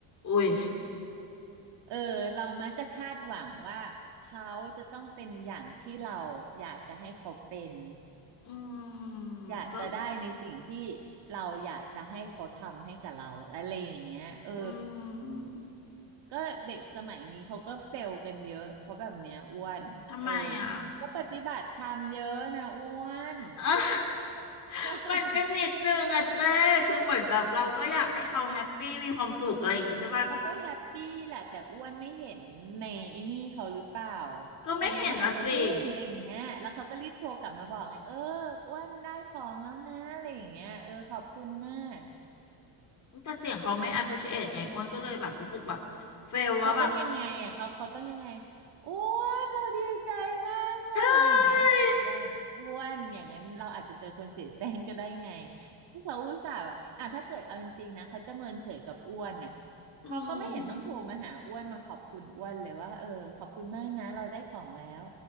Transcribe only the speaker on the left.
อุ้ย
อืม
ก็
อืม
ทำไมอ่ะอ่ะ <laughs>
มันก็นิดนึงอะเจ้คือเหมือนแบบเราก็อยากให้เขาแฮปปี้มีความสุขอะไรอย่างงี้ใช่ป่ะ
ก็ไม่เห็นนะสิ
แต่เสียงเขาไม่ appreciate ไงอ้วนก็เลยแบบรู้สึกแบบเฟลว่าแบบ
ใช่
อืม